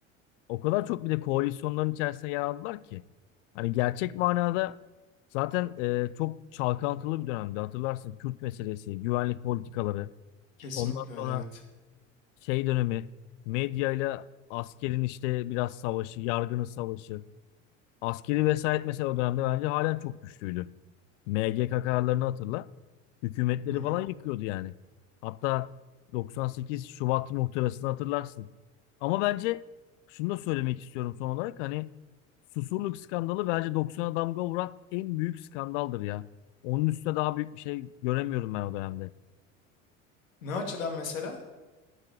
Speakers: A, on the left; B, on the left.
A: o kadar çok bir de koalisyonların içerisinde yer aldılar ki hani gerçek manada zaten e, çok çalkantılı bir dönemdi hatırlarsın Kürt meselesi, güvenlik politikaları
B: Kesinlikle
A: ondan
B: öyle
A: sonra
B: evet.
A: şey dönemi medyayla askerin işte biraz savaşı, yargının savaşı askeri vesayet mesela o dönemde bence halen çok güçlüydü. MGK kararlarını hatırla. Hükümetleri
B: Hı hı.
A: falan yıkıyordu yani. Hatta 98 Şubat muhtırasını hatırlarsın. Ama bence şunu da söylemek istiyorum son olarak. Hani Susurluk skandalı bence 90'a damga vuran en büyük skandaldır ya. Onun üstüne daha büyük bir şey göremiyorum ben o dönemde.
B: Ne açıdan mesela?